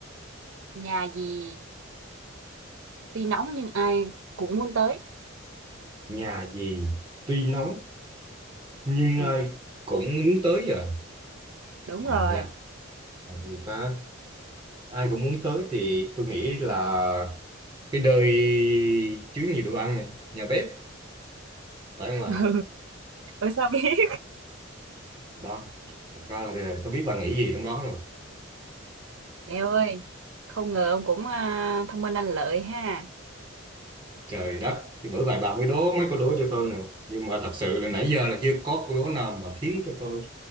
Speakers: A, on the right; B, on the right.
A: nhà gì tuy nóng nhưng ai cũng muốn tới.
B: nhà gì tuy nóng nhưng
A: Ừ,
B: ai cũng muốn tới giờ
A: đúng
B: à,
A: rồi.
B: là là gì ta ai cũng muốn tới thì tôi nghĩ là cái nơi chứa nhiều đồ ăn này nhà bếp phải không bà
A: <laughs> Ừ, sao biết?
B: đó thật ra là có biết bà nghĩ gì trong đó rồi
A: Eo ơi, không ngờ ông cũng à, thông minh lanh lợi ha.
B: trời đất thì bởi vậy bà mới đố mấy câu đố cho tôi nữa nhưng mà thật sự là nãy giờ là chưa có câu đố nào mà khiến cho tôi